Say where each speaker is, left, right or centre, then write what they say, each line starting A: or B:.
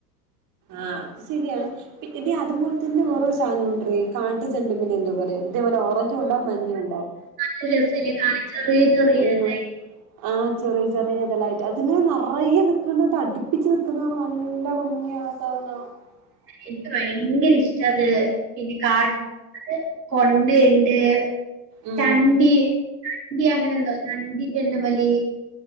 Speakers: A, on the right; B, on the right.
A: ആഹ് അത് ശരിയാണ് ഇനി അതുപോലെ തന്നെ ഓരോ സാധന ഉണ്ടറി കാട്ടു ചെണ്ടപിനെ എന്താ പറയാ അതേപോലെ ഓറഞ്ച് കൊണ്ട മഞ്ഞിണ്ടാവും.
B: നല്ല രസല്ലേ കാണാൻ ചെറിയ ചെറിയ
A: ഉം
B: ഇതായിട്ട്
A: ആ ആ ചെറിയ ചെറിയ ഇതലായിട്ട് അതിങ്ങനെ നിറയെ നക്കത് അടിപ്പിച്ചച്ച് നക്കുന്നതാണ് നല്ല ഭഞ്ഞിയ. <unintelligible>
B: എനിക്ക് ഭയങ്കര ഇഷ്ടത് പിന്നെ കാട് കൊണ്ട ണ്ട്
A: ഉം
B: ചണ്ടി ദി അങ്ങനെ എന്തോ ചണ്ടി ചെണ്ടുമലി